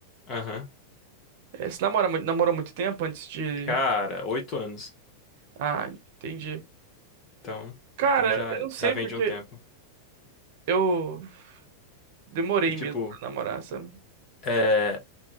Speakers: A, on the left; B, on the right.
A: Aham.
B: É, você namora, mui- namorou muito tempo antes de.
A: Cara, oito anos.
B: Ah, entendi.
A: Então,
B: Cara,
A: então já,
B: eu não sei
A: já vem
B: porque
A: de um tempo.
B: eu demorei
A: É tipo,
B: mesmo pra namorar, sabe?
A: É,